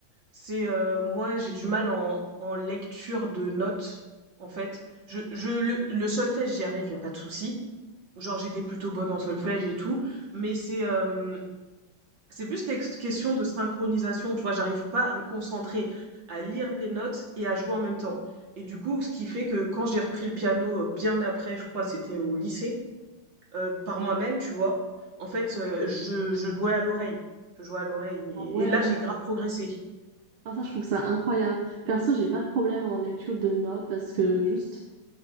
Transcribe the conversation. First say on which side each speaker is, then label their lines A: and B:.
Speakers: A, on the right; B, on the right.
A: C'est, heu, moi, j'ai du mal en en lecture de notes, en fait. Je je le le solfège, j'y arrive, y a pas de souci. Genre, j'étais plutôt bonne en solfège et tout, mais c'est, hem c'est plus quelque question de synchronisation, tu vois, j'arrive pas à me concentrer, à lire les notes et à jouer en même temps. Et du coup, ce qui fait que quand j'ai repris le piano euh, bien après, je crois, c'était au lycée, euh, par moi-même, tu vois, en fait, euh, je, je jouais à l'oreille. Je jouais à l'oreille.
B: Ah ouais,
A: Et, et là, j'ai grave progressé.
B: ah ça je trouve ça incroyable. Perso, j'ai pas de problème en lecture de notes parce que juste,